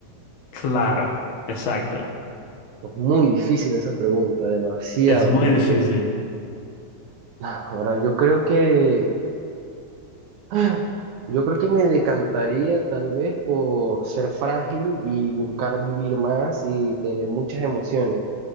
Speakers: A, on the left; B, on the right.
A: Claro, exacto.
B: Es muy difícil esa pregunta, demasiado,
A: Es muy
B: porque
A: difícil.
B: ah, ahora yo creo que Ah, Yo creo que me decantaría tal vez por ser frágil y buscar vivir más y tener muchas emociones,